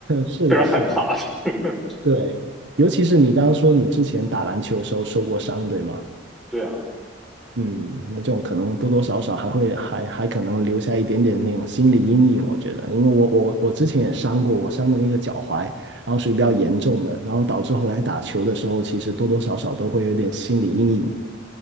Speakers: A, on the right; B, in the centre.
A: 是的，
B: 非常害怕。
A: 是的，
B: <laughs>
A: 对，尤其是你刚刚说你之前打篮球的时候受过伤，对吗？
B: 对啊，
A: 嗯，那这种可能多多少少还会还还可能留下一点点那种心理阴影，我觉得，因为我我我之前也伤过，我伤的那个脚踝，然后属于比较严重的，然后导致后来打球的时候，其实多多少少都会有点心理阴影。